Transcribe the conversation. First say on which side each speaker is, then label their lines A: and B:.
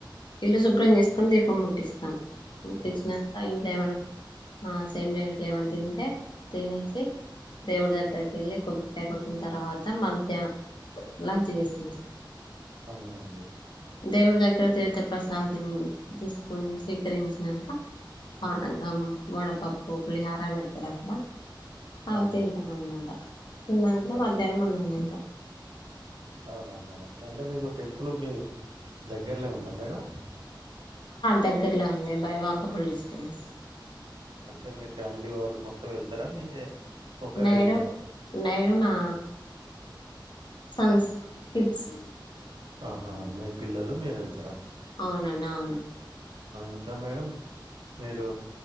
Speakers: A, on the left; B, on the right.
A: ఇల్లు శుభ్రం చేస్తా మక్కన దీపం ముట్టిస్తాం. పుట్టిచ్చినంక
B: ఉమ్
A: ఇంట్లో ఏమన్నా ఆ సేమయా ఇంట్లో ఏమనా తింటే తినేసి, దేవుడి దగ్గరికి వెళ్ళి కొబ్బరికాయ కొట్టిన తర్వాత మధ్యాహన లంచ్ చేస్తాం సార్
B: అవునా అండి.
A: దేవుడు దగ్గర తీర్ద ప్రసాదం తిని తీసుకొని స్వీకరించినాంక పానకం
B: ఉమ్
A: వడపప్పు, పులిహార పెడతారు అక్కడ అ
B: అవునా
A: తింటాం అన్నమాట. తిన్నాక
B: ఆ,
A: మధ్యాహ్నం అన్నం తింటాము
B: అవునా మేడం అంటే మీకు టెంపుల్ మీవి దగ్గరలో ఉందా మేడం
A: దగ్గరలో ఉంది బై వాకబుల్ డిస్టెన్స్
B: అంటే మీ ఫ్యామిలీ వాళ్ళు మొత్తం వెళ్తారా మీరే ఒక్కరే
A: నేను
B: వెళ్తారా
A: నేను నా సన్స్ కిడ్స్
B: ఆహా మీ పిల్లలు మీరు వెళ్తు
A: అవునండి అవును
B: ఇంకా మేడం మీరు